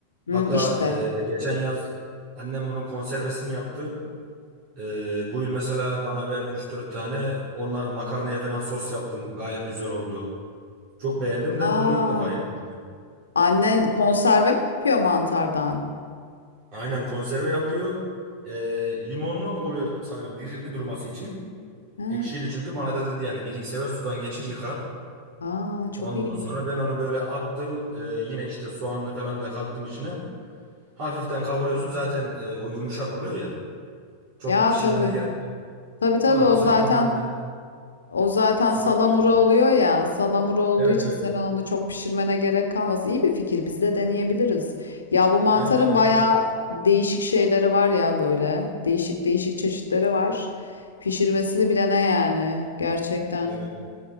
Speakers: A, on the left (about 75°); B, on the right (about 45°).
A: Hı,
B: Hatta
A: işte.
B: e, geçen yaz annem bunun konservesini yaptı. E, bu yıl mesela bana verdi üç dört tane. Onlar makarnaya falan sos yaptım. Gayet güzel oldu. Çok beğendim de
A: Aa,
B: bunu ilk defa yemiştim.
A: annen konserve mi yapıyor mantardan?
B: Aynen konserve yapıyor. E, limonlu oluyor sanırım diri durması için.
A: Ha,
B: Ekşiydi çünkü bana da dedi yani bir iki sefer sudan geçir yıka.
A: aa, çok
B: Ondan
A: iyiymiş.
B: sonra ben onu böyle attım. Ee, yine işte soğanlı falan da kattım içine. Hafiften kavuruyorsun zaten e, o yumuşak oluyor ya. Çok
A: Ya
B: bir pişirmene
A: tabii.
B: gerek yok.
A: Tabii tabii
B: Ondan
A: o
B: sonra
A: zaten
B: makarna
A: O zaten
B: süper
A: salamura
B: oluyor.
A: oluyor ya. Salamura olduğu
B: Evet
A: için
B: evet.
A: sen onu çok pişirmene gerek kalmaz. İyi bir fikir. Biz de deneyebiliriz. Ya bu mantarın
B: Ha, deneyim
A: bayağı
B: deneyim.
A: değişik şeyleri var ya böyle. Değişik değişik çeşitleri var. Pişirmesini bilene yani gerçekten.
B: Evet.